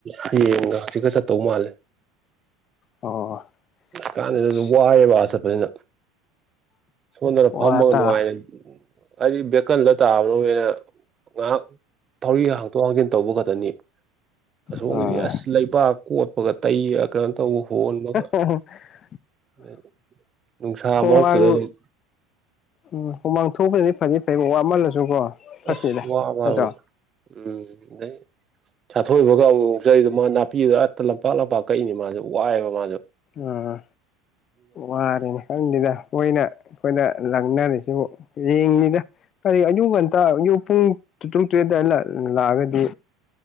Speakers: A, on the right (about 35°); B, on the left (about 45°).
A: ꯍꯌꯦꯡꯒ ꯍꯧꯖꯤꯛꯀ ꯆꯠꯇꯧ ꯃꯥꯜꯂꯦ
B: ꯑꯣ
A: ꯀꯥꯟꯗꯦꯗ
B: ꯑꯁ
A: ꯑꯗꯨꯝ ꯋꯥꯏꯑꯦꯕ ꯑ ꯆꯠꯄꯅꯤꯅ ꯁꯣꯟꯗꯅ
B: ꯋꯥ
A: ꯐꯝꯃꯒ
B: ꯇꯥ
A: ꯅꯨꯡꯉꯥꯏꯅ ꯑꯩꯗꯤ ꯕꯦꯛꯀꯜꯗ ꯇꯥꯕꯗꯧꯒꯤꯅ ꯉꯥꯏꯍꯥꯛ ꯊꯧꯔꯤ ꯍꯥꯡꯇꯣꯛ ꯍꯥꯡꯖꯤꯟ ꯇꯧꯕ ꯈꯛꯇꯅꯤ ꯑꯁꯣꯝꯒꯤꯗꯤ
B: ꯑꯥ
A: ꯑꯁ ꯂꯩꯕꯥꯛ ꯀꯣꯠꯄꯒ ꯇꯩ ꯀꯩꯅꯣ ꯇꯧꯕ ꯍꯣꯟꯕꯒ
B: <unintelligible>
A: ꯑꯩ ꯅꯨꯡꯁꯥ
B: ꯍꯨꯃꯥꯡ
A: ꯃꯔꯛꯇꯨꯗ ꯑꯗꯨꯝ
B: ꯎꯝ ꯍꯨꯃꯥꯡ ꯊꯣꯛꯄꯅꯗꯤ ꯐꯅꯤ ꯐꯩꯕꯣ ꯋꯥꯃꯜꯂꯁꯨꯀꯣ ꯐꯠꯇꯦꯗ
A: ꯑꯁ ꯋꯥꯕ
B: ꯅꯠꯇ꯭ꯔꯣ
A: ꯍꯥꯏꯕꯨ ꯎꯝ ꯑꯗꯩ ꯆꯥꯊꯣꯏꯕꯒ ꯑꯃꯨꯛ ꯆꯩꯗꯣ ꯃꯥ ꯅꯥꯄꯤꯗꯣ ꯑꯦꯠꯇ ꯂꯝꯄꯥꯛ ꯂꯝꯄꯥꯛ ꯀꯛꯏꯅꯤ ꯃꯥꯖꯨ ꯋꯥꯏꯑꯕ ꯃꯥꯖꯨ
B: ꯑꯥ ꯋꯥꯔꯦꯅꯦ ꯈꯪꯗꯦꯗ ꯃꯣꯏꯅ ꯑꯩꯈꯣꯏꯅ ꯂꯪꯅꯔꯤꯁꯤꯕꯨ ꯌꯦꯡꯅꯤꯗ ꯀꯔꯤ ꯑꯌꯨꯛ ꯉꯟꯇ ꯑꯌꯨꯛ ꯄꯨꯡ ꯇꯨꯔꯨꯛ ꯇꯔꯦꯠ ꯑꯗꯥꯏ ꯂꯥꯛ ꯂꯥꯛꯑꯒꯗꯤ